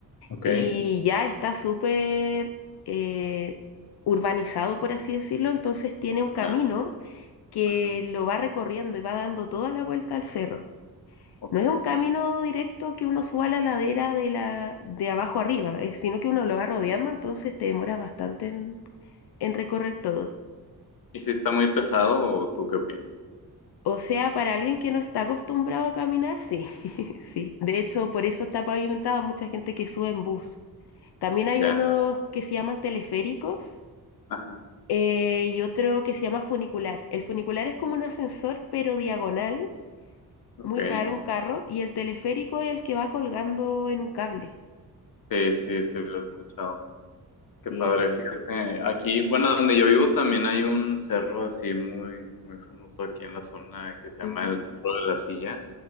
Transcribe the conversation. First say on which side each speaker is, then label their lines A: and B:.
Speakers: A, on the left (about 60°); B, on the left (about 85°).
A: Ok.
B: y ya está súper eh, urbanizado, por así decirlo, entonces tiene un camino
A: Ya.
B: que
A: Ajá.
B: lo va recorriendo y va dando toda la vuelta al cerro.
A: Ok.
B: No es un camino directo que uno suba la ladera de la de abajo arriba, eh, sino que uno lo va rodeando, entonces te demoras bastante en en recorrer todo.
A: ¿Y si está muy pesado o tú qué opinas?
B: O sea, para alguien que no está acostumbrado a caminar, sí, <laughs> sí. De hecho, por eso está pavimentado, mucha gente que sube en bus. También hay
A: Ya.
B: unos que se llaman teleféricos
A: Ajá.
B: eh, y otro que se llama funicular. El funicular es como un ascensor, pero diagonal,
A: Ok.
B: muy raro, un carro, y el teleférico es el que va colgando en un cable.
A: Sí, sí, sí, lo he escuchado. Qué
B: Sí.
A: padre. Fíjate, aquí, bueno, donde yo vivo también hay un cerro así muy, muy famoso aquí en la zona que se llama
B: Ujú.
A: el Cerro de la Silla.